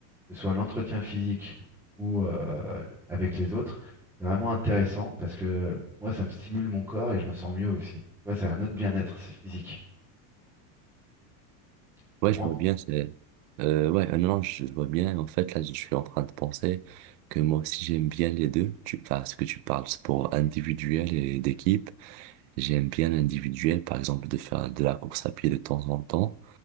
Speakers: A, in the centre; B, on the right (about 70°).
A: que ce soit l'entretien physique ou euh, avec les autres, c'est vraiment intéressant parce que moi, ça me stimule mon corps et je me sens mieux aussi. Tu vois, c'est un autre bien-être, c'est physique. Tu comprends?
B: Ouais, je vois bien, c'est... Euh, ouais, euh, non, non, je je vois bien. En fait, là, je suis en train de penser que moi aussi, j'aime bien les deux. Tu... Enfin, ce que tu parles, sport individuel et d'équipe. J'aime bien l'individuel, par exemple, de faire de la course à pied de temps en temps